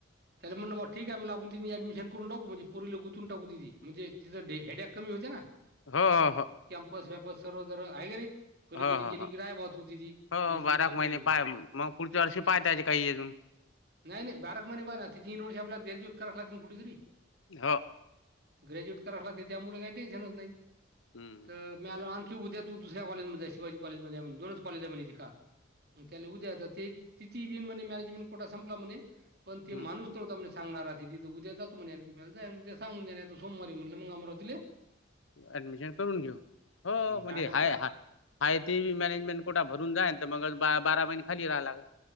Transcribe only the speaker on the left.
हा हा हा
हो
हो
हो
हो बाराक महिने
पाय मग पुढच्या वर्षी
पाहतायचे काही अजून
हा
हम्म
हम्म
ऍडमिशन करून घेऊ हो
म्हणजे
हाय हा आहे ते बी मॅनेजमेंट कोठं भून जा ना तर मग बारा महिने खाली राहा लागल